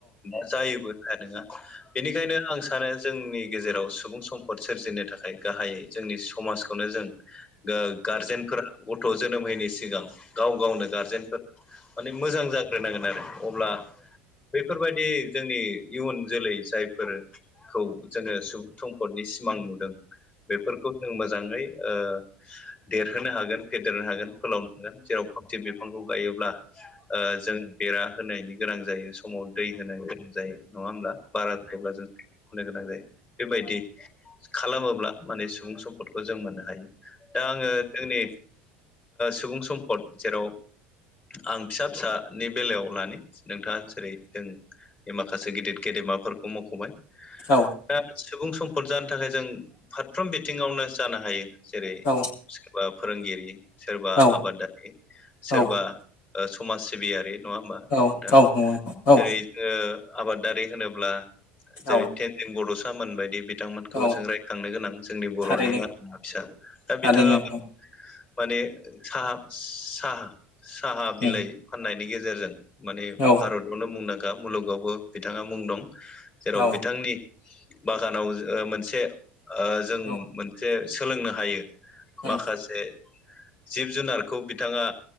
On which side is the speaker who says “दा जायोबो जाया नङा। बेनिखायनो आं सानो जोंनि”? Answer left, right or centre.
Left